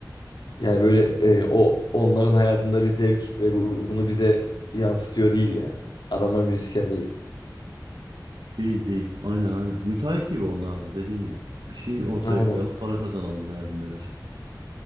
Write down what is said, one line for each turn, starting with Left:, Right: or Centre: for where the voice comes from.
Left: Yani böyle e, o onların hayatında bir zevk ve bu, bunu bize yansıtıyor değil yani. Adamlar müzisyen değil.
Right: Değil değil. Aynen aynen. Müteahhit gibi onlar da dediğin gibi. Bir şey ortaya
Left: Aynen.
Right: koyalım para kazanalım derdindeler.